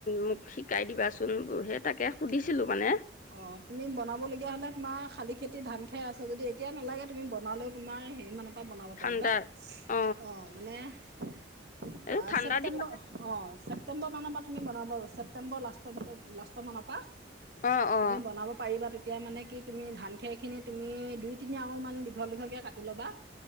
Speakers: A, on the left (about 45°); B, on the right (about 60°).
A: মোক শিকাই দিবাচোন বুৰহে তাকে সুধিছিলোঁ মানে
B: অ'তুমি বনাবলগীয়া হলে তোমাৰ শালি খেতি ধান খেৰ আছে যদি এতিয়া নালাগে তুমি বনালেও তোমাৰ হেৰি মানত তাত বনাব
A: ঠাণ্ডা
B: পাৰিবা
A: অ
B: অ'মানে আহ
A: এই ঠাণ্ডা
B: ছেপ্টেম্বৰ
A: দিন
B: অ'ছেপ্টেম্বৰ মানৰ পা তুমি বনাব <unintelligible> ছেপটেম্বৰ লাষ্টৰ পিনে লাষ্টৰ মানৰ পা।
A: অ'অ'
B: তুমি বনাব পাৰিবা তেতিয়া মানে কি তুমি ধান খেৰখিনি তুমি দুই, তিনি আঙুলমান দীঘল দীঘকে কাটি ল'বা।